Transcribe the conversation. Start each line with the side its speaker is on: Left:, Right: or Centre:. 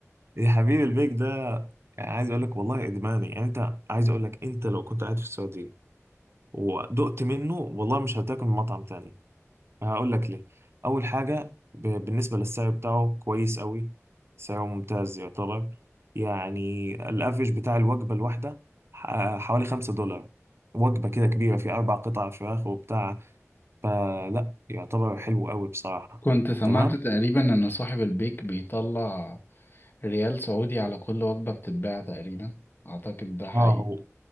Right: يا حبيبي البيك ده يعني عايز اقول لك والله ادماني يعني انت عايز اقول لك انت لو كنت قاعد في السعودية ودقت منه والله مش هتاكل من مطعم تاني هقول لك ليه اول حاجة ب... بالنسبة للسعر بتاعه كويس قوي سعره ممتاز يعتبر يعني الافرج بتاع الوجبة الواحدة ح- حوالي 5 دولار وجبة كده كبيرة في أربع قطع فراخ وبتاع فلا يعتبر حلو قوي بصراحة
Left: كنت سمعت
Right: تمام
Left: تقريبا إن صاحب البيك بيطلع ريال سعودي على كل وجبة بتتباع تقريبا أعتقد ده حقيقي
Right: اه هو